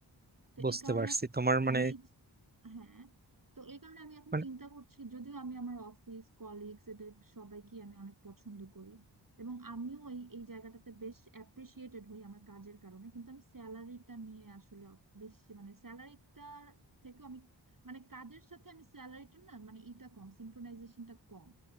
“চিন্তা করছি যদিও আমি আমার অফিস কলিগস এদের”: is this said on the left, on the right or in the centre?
Right